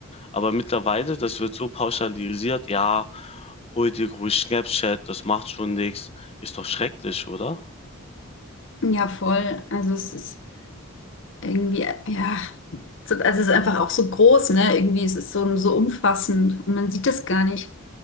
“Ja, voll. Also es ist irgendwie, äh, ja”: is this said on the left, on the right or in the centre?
Left